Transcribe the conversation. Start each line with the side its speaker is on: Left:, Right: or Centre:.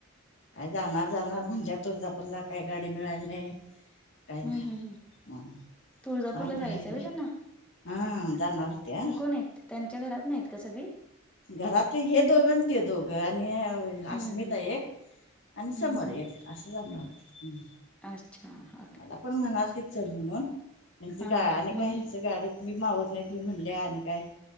Left: काय जाणार जाणार म्हणल्या तुळजापूरला काही गाडी मिळाल नाही. काय
Centre: हम्म हम् हम्
Left: झालं
Centre: तुळजापूरला
Left: आणि
Centre: जायचं
Left: राहिलं
Centre: आहे त्यांना
Left: हा जाानतय.
Centre: नाही त्यांच्या घरात नाहीत का सग
Left: घरातले हे दोघं आणि ते दोघं आणि अस्मिता
Centre: हम्म हम्म
Left: एक आणि समोर
Centre: हम्म हम्म
Left: एक असं जाणं वाटतं.
Centre: अच्छा ह.
Left: मला पण म्हणाल ती चल म्हणून म्हच
Centre: हा
Left: गा
Centre: हा
Left: आणि
Centre: मग
Left: कायच गाडी मी मावत नाही मी म्हटले आणि काय